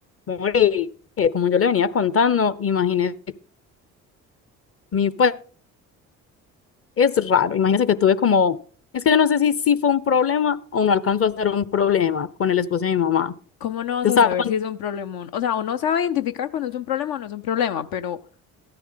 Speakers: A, on the left; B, on the left.
A: Mori, eh, como yo le venía contando, imagínese, mi pues es raro, imagínese que tuve como, es que yo no sé si, si fue un problema o no alcanzó a ser un problema con el esposo de mi mamá.
B: ¿Cómo no vas
A: Yo estaba
B: a saber
A: con-
B: si es un problemón? O sea, uno sabe identificar cuando es un problema o no es un problema, pero